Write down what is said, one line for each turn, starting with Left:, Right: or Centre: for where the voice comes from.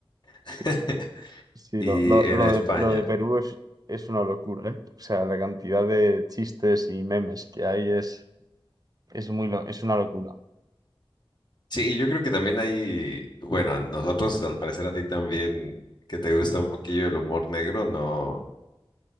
Left: <laughs>
Right: Sí, sí,
Left: Y
Right: lo, lo,
Left: en
Right: lo
Left: España.
Right: de, lo de Perú es, es una locura, ¿eh? O sea, la cantidad de chistes y memes que hay es, es muy, lo- es una locura.
Left: Sí, yo creo que también hay, bueno, a nosotros, al parecer a ti también, que te gusta un poquillo el humor negro, no,